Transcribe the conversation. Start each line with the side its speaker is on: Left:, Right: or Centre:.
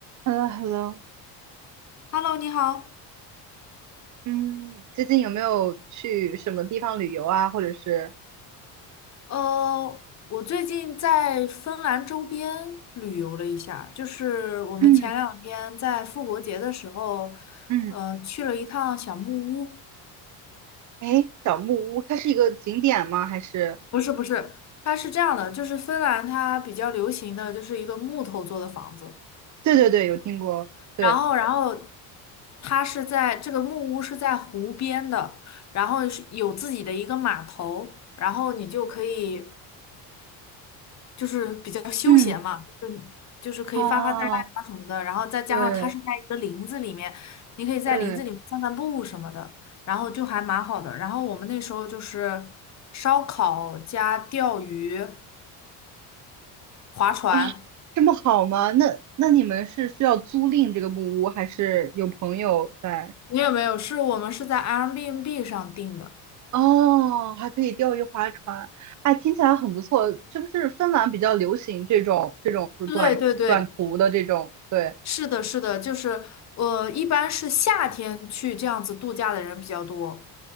Right: h e l l o h e l l o
Left: Hello，你好。
Right: 嗯，最近有没有去什么地方旅游啊？或者是，
Left: 呃，我最近在芬兰周边旅游了一下，就是我们前两天在复活节的时候，
Right: 嗯嗯，
Left: 呃，去了一趟小木屋。
Right: 哎，小木屋，它是一个景点吗？还是？
Left: 不是不是，它是这样的，就是芬兰它比较流行的就是一个木头做的房子，
Right: 对对对，有听过。对
Left: 然后然后它是在这个木屋是在湖边的，然后是有自己的一个码头，然后你就可以。就是比较休闲嘛，
Right: 嗯
Left: 就是就是可以发发呆啊什么的，
Right: 啊，
Left: 然后再加上它是在一个林子里面，
Right: 对
Left: 你可以在林子里面散散步什么的，
Right: 对
Left: 然后就还蛮好的。然后我们那时候就是烧烤加钓鱼、划船，
Right: 啊，这么好吗？那那你们是需要租赁这个木屋，还是有朋友在？
Left: 没有没有，是我们是在 Airbnb 上订的。
Right: 哦，还可以钓鱼划船，哎，听起来很不错。是不是芬兰比较流行这种这种就是短短途的这种？
Left: 对对对，
Right: 对。
Left: 是的，是的，就是我一般是夏天去这样子度假的人比较多。